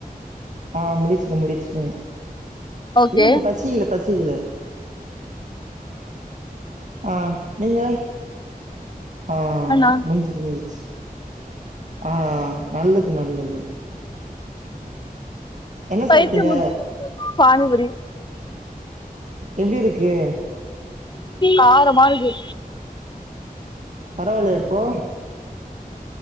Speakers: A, on the right; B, on the left.
A: ஆ முடிச்சுட்ட முடிச்சுட்ட
B: ஓகே
A: இல்ல இல்ல பசிகல பசிகல ஆ நீங்க ஆ
B: ஆனா
A: முஞ்சிச்சி முஞ்சிச்சி ஆ நல்லது நல்லது என்ன
B: பைத்திய
A: சாப்ட்டீங்க
B: முத்தி போ பானிபுரி
A: எப்டிருக்கு
B: காரமா இருக்கு
A: பரவால்லையா இப்போ